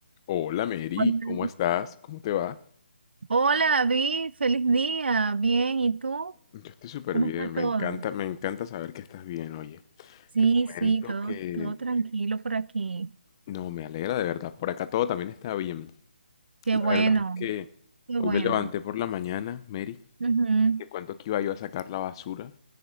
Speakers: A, on the left; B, on the right.
A: Hola Mary,
B: Hola,
A: ¿cómo estás? ¿Cómo te va?
B: Hola, David, feliz día. Bien, ¿y tú?
A: Yo estoy súper
B: ¿Cómo
A: bien,
B: está todo?
A: me encanta, me encanta saber que estás bien, oye.
B: Sí,
A: Te comento
B: sí, todo,
A: que
B: todo tranquilo por aquí.
A: no, me alegra de verdad, por acá todo también está bien.
B: Qué
A: La
B: bueno,
A: verdad es que
B: qué
A: hoy
B: bueno.
A: me levanté por la mañana, Mary,
B: Ujú,
A: que cuento que iba yo a sacar la basura